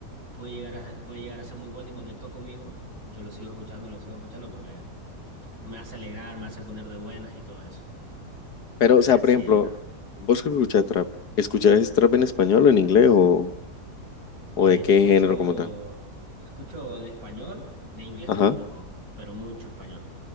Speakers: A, on the right; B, on the left.
A: puede llegar a, puede llegar a ser muy bueno y conectó conmigo, yo lo sigo escuchando, lo sigo escuchando porque me hace alegrar, me hace poner de buenas y todo eso.
B: Pero, o sea,
A: Y así
B: por ejemplo,
A: era.
B: vos que escuchás trap, ¿escuchás trap en español o en inglés o, o
A: Eh,
B: de qué
A: escucho,
B: género como tal?
A: escucho de español, de inglés
B: Ajá.
A: muy poco, pero mucho español.